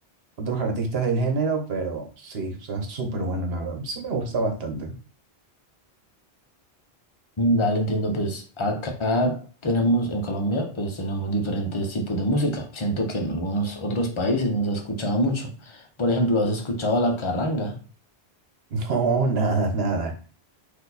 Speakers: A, on the right; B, on the left.
A: otros artistas del género, pero sí, o sea, súper bueno, la verdad, sí me gusta bastante.
B: Mm, Dale, entiendo, pues acá tenemos en Colombia pues tenemos diferentes tipos de música. Siento que en algunos otros países no se ha escuchado mucho. Por ejemplo, ¿has escuchado la carranga?
A: <laughs> No, nada, nada.